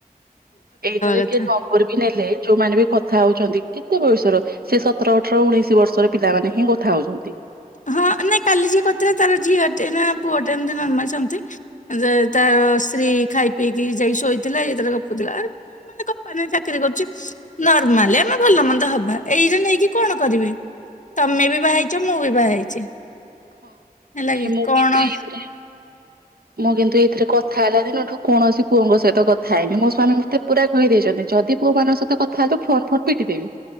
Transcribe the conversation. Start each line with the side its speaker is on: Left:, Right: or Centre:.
Right: ଏଇଟାରେ
Left: କଥା
Right: କିଏ ନମ୍ବର ବି ନେଲେ ଯୋଉମାନେ ବି କଥା ହଉଚନ୍ତି କେତେ ବୟସର? ସେ ସତର, ଅଠର, ଉଣେଇଶି ବର୍ଷର ପିଲାମାନେ ହିଁ କଥା ହଉଚନ୍ତି।
Left: ହଁ ନାଇଁ କାଲି ଯିଏ କରିଥିଲେ ତାର ଝିଅ ଟେ ନା ପୁଅ ଟେ ଏମତି ନର୍ମାଲ୍ ସେମିତି। ଆଉ ତା
Right: ହଁ
Left: ତାର ସ୍ତ୍ରୀ ଖାଇ ପିଇକି ଯାଇକି ଶୋଇଥିଲା ଇଏ ତାର ଗପୁଥିଲା ଆ ମା ମାନେ କମ୍ପାନୀରେ ଚାକିରି କରିଚି ନର୍ମାଲ୍ ଆମେ ଭଲ ମନ୍ଦ ହବା ଏଇରା ନେଇକି କଣ କରିବେ? ତମେ
Right: ହଁ
Left: ବି ବାହାଇଚ ମୁଁ ବି ବାହାଇଚି
Right: ହଁ।
Left: ହେଲା
Right: ନାଇଁ
Left: କି
Right: ମୁଁ
Left: କଣ
Right: କିନ୍ତୁ ଏଇଥିରେ ମୁଁ କିନ୍ତୁ ଏଇଥିରେ କଥା ହେଲା ଦିନ ଠୁ କୌଣସି ପୁଅଙ୍କ ସହିତ କଥା ହେଇନି ମୋ ସ୍ୱାମୀ ମୋତେ ପୁରା କହିଦେଇଚନ୍ତି ଯଦି ପୁଅ ମାନଙ୍କ ସହିତ କଥାହେଲୁ ଫୋନ୍ ଫୋନ୍ ପିଟିଦେବି।